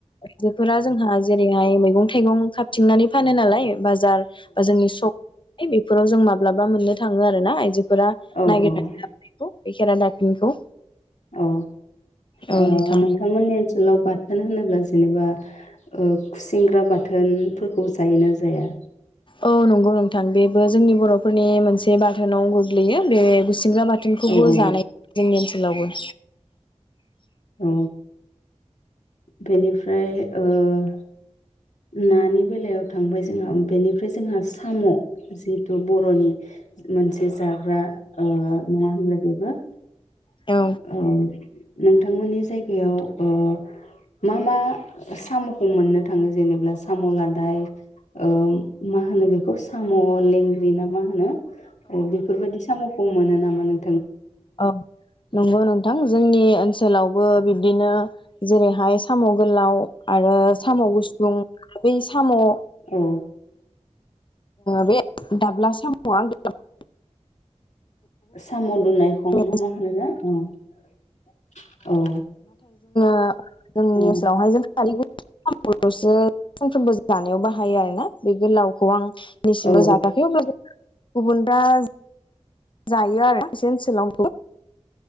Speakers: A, on the left; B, on the left.
A: आइजोफोरा जोंहा जेरैहाय मैगं थाइगं खााबथिंनानै फानो नालाय बाजा बा जोंनि सक बेफोराव जों माब्लाबा मोननो थाङो आरो ना आइजो फोरा
B: औ
A: नागिरनानै
B: औ
A: लाबोनायखौ बे खेरा दाफिनिखौ
B: अ
A: औ
B: ओ
A: नोंथां
B: नोंथांमोननि ओनसोलाव बाथोन होनोब्ला जेनेबा खुसेंग्रा बाथोनफोरखौ जायोना जाया?
A: औ नंगौ नोंथां बेबो जोंनि बर'फोरनि मोनसे बाख थोनाव गोग्लैयो बे गुसिंग्रा बाथोनखौबो
B: औ औ
A: जानाय जोंनि ओनसो लावबो
B: औ बेनिफ्राय ओ नानि बेलायाव थांबाय जोंहा बेनिफ्राय जोंहा साम' जिथु बर'नि मोनसे जाग्रा नङा होनब्ला बेबो
A: औ
B: ओ नोंथांमोननि जायगायाव ओ मा मा साम'खौ मोननो थाङो जेनेब्ला साम' लादाय ओ मा होनो बेखौ साम' लेंग्रि ना मा होनो? अ बेफोरबायदि साम'खौ मोनोना मानों
A: ओं नंगौ नोंथां जोंनि ओनसोलावबो बिब्दिनो जेरैहाय साम' गोलाव आरो साम' गुसुं बै साम' ओ
B: औ
A: बे दाब्ला साम <unintelligible>
B: साम' दुनायखं
A: आरो
B: ना मा होनो ना औ औ
A: ओ जोंनि
B: औ
A: ओनसोलावहाय जों <unintelligible> सानफ्रोमबो जानायाव बाहायो आरोना बे गोलावखौ आं नैसिमबो
B: औ
A: जायाखै अब्लाबो गुबुन दा जो जायो आरो बिसेनसोलाव